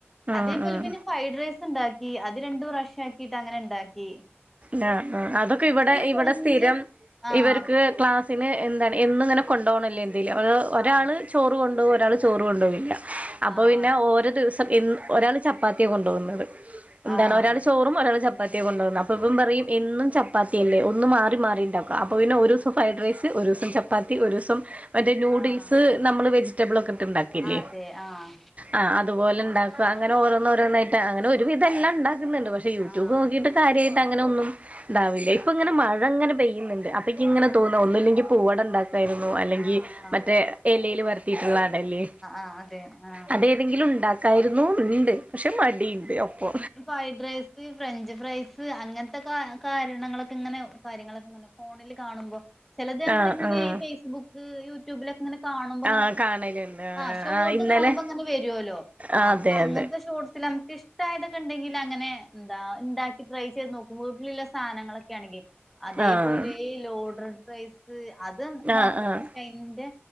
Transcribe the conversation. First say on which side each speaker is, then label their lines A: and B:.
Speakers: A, on the right; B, in the centre.
A: ആഹ്
B: അതേപോലെ
A: ആഹ്
B: പിന്നെ ഫ്രൈഡ് റൈസ്ണ്ടാക്കി അത് രണ്ടു പ്രാവശ്യ ആക്കിട്ട് അങ്ങനെണ്ടാക്കി
A: നാ ആഹ് അതൊക്കെ ഇവിടെ
B: ഫ്രഞ്ചും
A: ഇവിടെ സ്ഥിരം
B: ആഹ്
A: ഇവർക്ക് ക്ലാസ് പിനെ എന്താണ് എന്നുംഇങ്ങനെ കൊണ്ടോണില്യ എന്തെലും അത് ഒരാൾ
B: ആഹ്
A: ചോറ് കൊണ്ടോവു ഒരാൾ ചോറ് കൊണ്ടോവില്ല അപ്പൊ
B: ആഹ്
A: പിന്നെ ഓരോ ദിവസം എൻ ഒരാൾ ചപ്പാത്തിയാ കൊണ്ടോഉന്നത് എന്താണ്
B: ആഹ്
A: ഒരാൾ ച് ചോറും ഒരള് ചപ്പാത്തി കൊണ്ടോഉന്നെ അപ്പ ഇപ്പം പറയും എന്നും ചപ്പാത്തിയല്ലേ ഒന്ന് മാറി മാറിണ്ടാ അപ്പൊ പിന്നെ ഒരുസം
B: ആഹ്
A: ഫ്രൈഡ് റൈസ് ഒരുസം ചപ്പാത്തി ഒരുസം മറ്റേ നൂഡിൽസ്
B: ആഹ് ആഹ്
A: നമ്മള് വെജിറ്റബിൾ ഒക്കെ ഇട്ട് ണ്ടാക്കില്ലേ
B: അതെ ആഹ്
A: ആഹ് അതുപലെണ്ടാക്ക
B: ആഹ്
A: അങ്ങനെ ഓരോന്നോരോന്നായി അങ്ങനെ ഒരുവിധംഎല്ലാ ണ്ടാക്കുന്നുണ്ട് പക്ഷെ യൂട്യൂബ്
B: ആഹ്
A: നോക്കിയിട്ട് കാര്യയിട്ട് അങ്ങനെ ഒന്നും താവില്ലേ പ്പങ്ങനെ
B: ആഹ്
A: മഴങ്ങനെ പെയ്യുന്നുണ്ട് അപ്പക്ക്ങ്ങനെ
B: ആഹ്
A: തോന്ന ഒന്നില്ലങ്കിൽ പൂവട ണ്ടാക്ക തായിരുന്നു അല്ലെങ്കി
B: ആഹ് ആഹ്
A: മറ്റേ എലേല് വര്ത്തിയിട്ടുള്ള അടല്ലേ
B: ആഹ് അതെ ആഹ്
A: അതെ ന്തെങ്കിലുണ്ടാക്കായിരുന്നുന്ന്ണ്ട് പക്ഷെ മടിയുണ്ട് അപ്പൊ
B: ഫ്രൈഡ്റൈസ് ഇ ഫ്രഞ്ച് ഫ്രൈസ് അങ്ങൻത്തെ കാ കാരണങ്ങളൊക്കെങ്ങനെ കാര്യങ്ങളൊക്കെ അ ഫോണിൽ കാണുമ്പോ ചിലത് നമ്മള്ങ്ങനെ
A: ആഹ് ആഹ്
B: ഫേസ്ബുക്ക് യൂട്യൂബിലൊക്കെങ്ങനെ കാണുമ്പോങ്ങനെ
A: ആഹ് കാണലുണ്ട്
B: ആഹ് ഷോർട്ട്
A: ഇന്നലെ
B: കാണുമ്പോങ്ങനെ വരോല്ലോ
A: ആഹ്
B: അപ്പൊ
A: അതെ
B: അങ്ങൻത്തെ
A: അതെ
B: ഷോട്സിൽ നമുക്ക് ഇഷ് ടായാതൊക്കെ ണ്ടെങ്കിൽ അങ്ങനെ ന്താണ്ടാക്കി ട്രൈ ചെയ്ത് നോക്കുമ്പോ ഉള്ളിലെ സാനങ്ങളൊക്കെ ആണെങ്കി അതേപോലെ
A: ആഹ്
B: ഈ ലോഡഡ് പ്രൈസ് അത്
A: ആഹ്
B: നോക്കണം
A: ആഹ്
B: പക്ഷെ അതിന്റെ